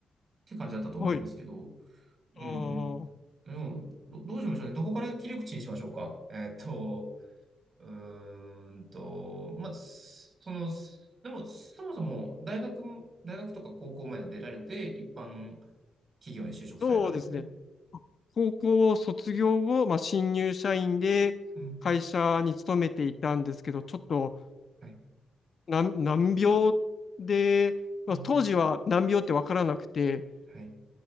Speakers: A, on the right; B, on the left.
A: ていう感じだったと思うんですけど、
B: はい。
A: うんうん。
B: ああ、
A: でも、ど、どうしましょうね。どこから切り口にしましょうか。えーっと、うーんと、まあ、その、でも、そもそも大学、大学とか高校まで出られて、一般企業に就職されたんですよね。
B: そうですね。高校を卒業後、まあ、新入社員で会社に勤めていたんですけど、
A: うん。
B: ちょっと
A: はい。
B: 難、難病で、まあ、
A: うん。
B: 当時は難病ってわからなくて、
A: はい。